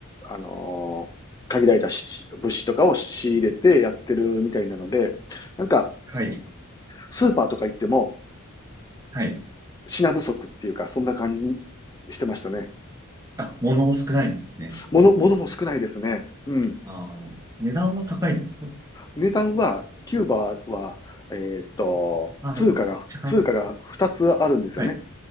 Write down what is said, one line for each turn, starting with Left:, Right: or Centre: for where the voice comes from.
Left: あのー限られた物資とかを仕入れてやってるみたいなので、なんか、
Right: はい、
Left: スーパーとか行っても
Right: はい。
Left: 品不足っていうか、そんな感じしてましたね。
Right: あ、物も少ないんですね。
Left: 物、物も少ないですね。うん。
Right: ああ、値段は高いんですか
Left: 値段は、キューバは、えーっと、
Right: あ、
Left: 通貨が、
Right: でも、高いです。
Left: 通貨が2つあるんですよね。
Right: はい。